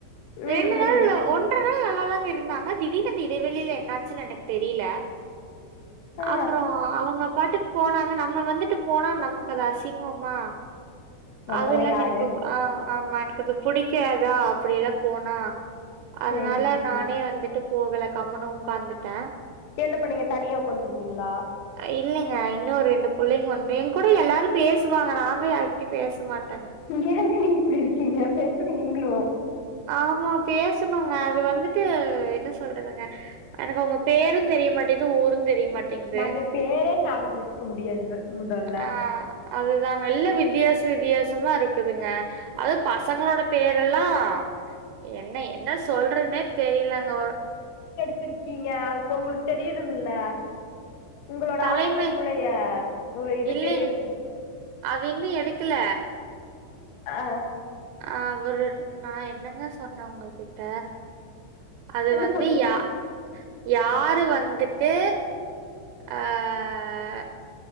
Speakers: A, on the left (about 75°); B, on the right (about 85°).
A: ம்
B: ரெண்டு நாள்
A: ம்
B: ஒன்ற நாள் இருந்தாங்க திடீனு அந்த இடைவெளியில என்னாச்சுன்னு எனக்கு தெரியல
A: ஆ
B: அப்பறம் அவங்க பாட்டு போனாங்க நம்ம வந்துட்டு போனா நமக்கு அது அசிங்கமா
A: நம்மல்லா
B: அதுல்லாம
A: யாரு
B: யெனக்கு ஆஹ் ஆமா யெனக்கது புடிக்காதா அப்டியெல்லாம் போனா அதனால
A: சேரி சேரி
B: நானே வந்துட்டு போகல கம்முனு உக்காந்துட்டேன்
A: யென்ன பண்ணீங்க தனியா உக்காண்டிருந்தீங்களா
B: யில்லைங்க யின்னும் ஒரு ரெண்டு பிள்ளைங்க வந் என் கூட யெல்லாரும் பேசுவாங்க நா தான் யாருகிட்டயும் பேசமாட்டேன்
A: நீங்க யேங்க நீங்க யிப்டிருக்கீங்க பேசுங்க நீங்களும்
B: ஆமா பேசணுங்க அது வந்துட்டு யென்ன சொல்றதுங்க யெனக்கு உங்க பேரும் தெரிய மாட்டேது ஊரும் தெரிய மாட்டேங்குது
A: நம்ளுக்கு பேரே ஞாபகம் வச்சுக்க முடியரது முதல்ல
B: ஆ அதுதாங்க யில்ல வித்தியாச வித்தியாசம தாருக்குதுங்க அது பசங்களோட பேரெல்லாம் யென்ன யென்ன சொல்றன்னே தெரியலங்க
A: ருக்கீங்க அப்ப உங்களுக்கு தெரியணும்ல்ல உங்களோட
B: தலைமை
A: ஆசிரியங்குளய ஒரு யிதுக்கு
B: இல்லைங்க
A: யெடுத்து
B: அது யின்னும் யெடுக்கல
A: ஆஹ்
B: அஹ் அவரு நான் யென்னங்க சொன்னேன் உங்க கிட்ட அது
A: என்ன
B: வந்து
A: சொன்னீங்க
B: யா யாரு வந்துட்டு அஹ்